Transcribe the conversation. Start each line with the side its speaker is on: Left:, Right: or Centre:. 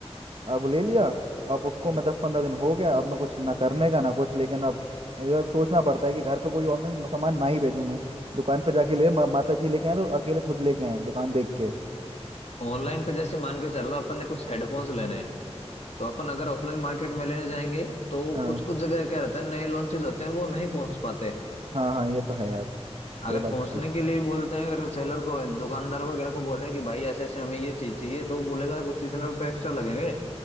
Right: अब ले लिया अब उसको मैं दस पंद्रह दिन हो गया अब मैं कुछ ना करने का ना कुछ लेकिन अब ये अब सोचना पड़ता है कि घर पे कोई ऑनलाइन सामान ना ही भेजूं मैं दुकान पे जाके ले मा, माता जी लेके आए तो अकेले खुद लेके आए दुकान देख के
Left: ऑनलाइन पे जैसे मान के चल लो अपन ने कुछ हेडफोन्स लेने हैं तो अपन अगर ऑफलाइन मार्केट में लेने जाएंगे तो
Right: हाँ
Left: कुछ कुछ जगह क्या रहता है नए लॉन्चेज होते हैं वो नहीं पहुंच पाते
Right: हाँ हाँ ये तो है यार
Left: अगर
Right: सही बात
Left: पहुंचने
Right: है।
Left: के लिए भी बोलते हैं अगर सेलर को दुकानदार वगैरह को बोले कि भाई ऐसे ऐसे हमें ये चीज चाहिए तो वो बोलेगा कुछ इतने रुपए एक्स्ट्रा लगेंगे